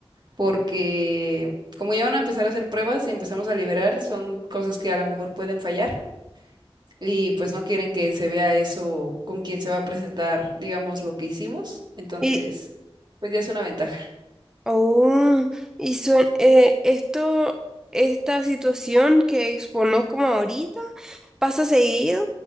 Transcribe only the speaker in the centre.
Y,
Oh, y suen- eh, esto, esta situación que expones como ahorita, ¿pasa seguido?